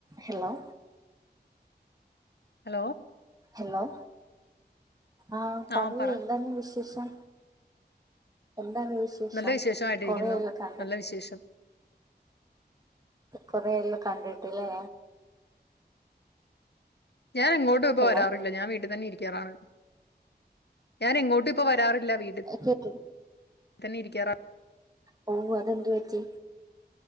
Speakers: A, on the right (about 20°); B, on the left (about 70°).
A: Hello-
B: hello
A: hello ആഹ പറയൂ
B: ആഹ് പറ
A: എന്താണ് വിശേഷം എ വിശേഷം
B: നല്ല വിശേഷമായിട്ടിരിക്കുന്നു
A: കൊറെല്ലാം കണ്ടിട്ട്
B: നല്ല വിശേഷം
A: കുറെയല്ലാം കണ്ടിട്ടില്ലേ
B: ഞാൻ എങ്ങോട്ടും ഇപ്പ
A: ഹലോ
B: വരാറില്ല ഞാൻ വീട്ടിൽ തന്നെ ഇരിക്കാറാണ് ഞാൻ എങ്ങോട്ടും ഇപ്പ വ- വാറില്ല വീട്
A: കേക്ക്
B: തന്നെ ഇരിക്കാറാ-
A: ഓ അതെന്ത് പറ്റി